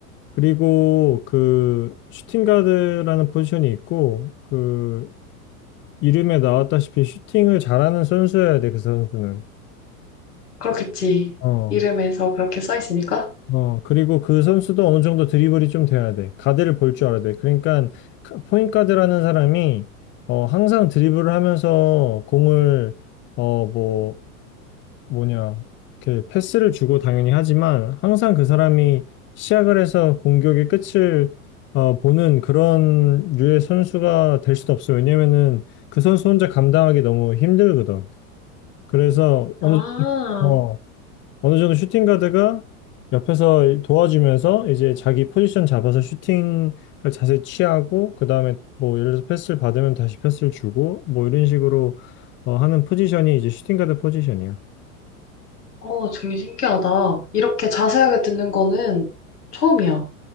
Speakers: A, on the left (about 25°); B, on the left (about 90°).
A: 그리고 그 슈팅 가드라는 포지션이 있고 그 이름에 나왔다시피 슈팅을 잘하는 선수여야 돼. 그 선수는.
B: 그렇겠지.
A: 어.
B: 이름에서 그렇게 써 있으니까.
A: 어, 그리고 그 선수도 어느 정도 드리블이 좀 돼야 돼. 가드를 볼 줄 알아야 돼. 그러니까 카- 포인트 가드라는 사람이 어, 항상 드리블을 하면서 공을 어, 뭐 뭐냐 이렇게 패스를 주고 당연히 하지만 항상 그 사람이 시작을 해서 공격의 끝을 어, 보는 그런 류의 선수가 될 수도 없어. 왜냐면은 그 선수 혼자 감당하기 너무 힘들거든. 그래서
B: 아,
A: 어느 어, 어느 정도 슈팅 가드가 옆에서 도와주면서 이제 자기 포지션 잡아서 슈팅을 자세히 취하고 그 다음에 뭐 예를 들어서 패스를 받으면 다시 패스를 주고 뭐 이런 식으로 어, 하는 포지션이 이제 슈팅 가드 포지션이야.
B: 어, 되게 신기하다. 이렇게 자세하게 듣는 거는 처음이야.